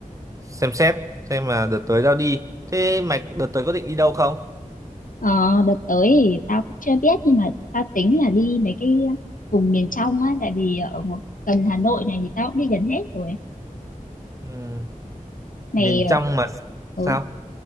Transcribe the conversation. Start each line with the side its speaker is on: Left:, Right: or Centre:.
Right: xem xét xem là đợt tới tao đi thế mày đợt tới có định đi đâu không
Left: ờ, đợt tới thì tao cũng chưa biết nhưng mà tao tính là đi mấy cái vùng miền trong á tại vì ở ngo- gần Hà Nội này thì tao cũng đi gần hết rồi
Right: ừ,
Left: mày
Right: miền
Left: ờ,
Right: trong mà
Left: ừ,
Right: sao